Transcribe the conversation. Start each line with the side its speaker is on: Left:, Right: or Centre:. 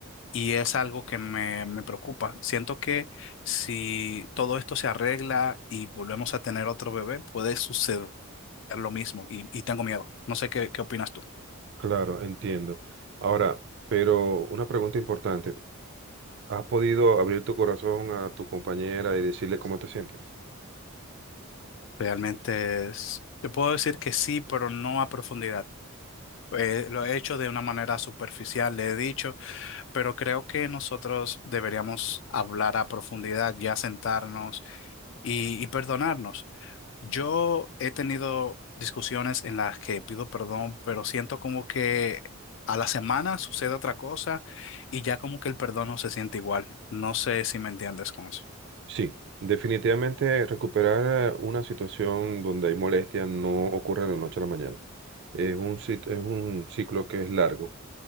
Left: Y es algo que me, me preocupa. Siento que si todo esto se arregla y volvemos a tener otro bebé, puede suceder lo mismo y, y tengo miedo. No sé qué, qué opinas tú.
Right: Claro, entiendo. Ahora, pero una pregunta importante. ¿Has podido abrir tu corazón a tu compañera y decirle cómo te sientes?
Left: Realmente es- te puedo decir que sí, pero no a profundidad. Eh, lo he hecho de una manera superficial, le he dicho, pero creo que nosotros deberíamos hablar a profundidad, ya sentarnos y, y perdonarnos. Yo he tenido discusiones en las que pido perdón, pero siento como que a la semana sucede otra cosa y ya como que el perdón no se siente igual. No sé si me entiendes con eso.
Right: Sí, definitivamente recuperar una situación donde hay molestia no ocurre de la noche a la mañana. Es un, cit- es un ciclo que es largo